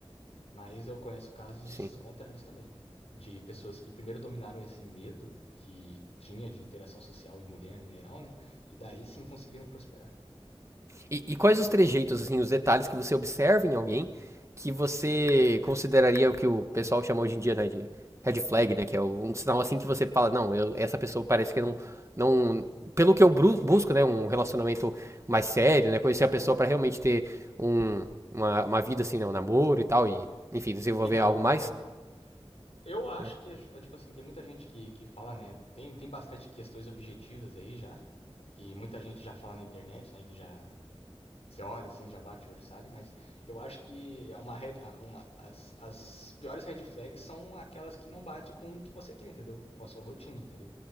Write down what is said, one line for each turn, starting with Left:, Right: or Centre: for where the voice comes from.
Left: Mas eu conheço casos
Right: Sim.
Left: contrários também. De pessoas que primeiro dominaram esse medo que tinha de interação social e mulher no geral, né? E daí sim conseguiram prosperar.
Right: E, e quais os trejeitos, assim, os detalhes que você observa em alguém que você consideraria o que o pessoal chama hoje em dia, né, de red flag, né, que é o- um sinal assim que você fala, não, eu- essa pessoa parece que não, não, pelo que eu bru- busco, né, um relacionamento mais sério, né, conhecer a pessoa pra realmente ter um, uma, uma vida assim, né, um namoro e tal, e, enfim, desenvolver
Left: Então,
Right: algo mais,
Left: então, eu acho
Right: né,
Left: que, é, tipo assim, tem muita gente que, que fala, né? Tem, tem bastante questões objetivas aí já, que muita gente já fala na internet, né? Que já Você olha assim, já bate o olho, sabe? Mas eu acho que é uma red, a- uma, as, as piores red flags são aquelas que não batem com o que você quer, entendeu? Com a sua rotina, entendeu?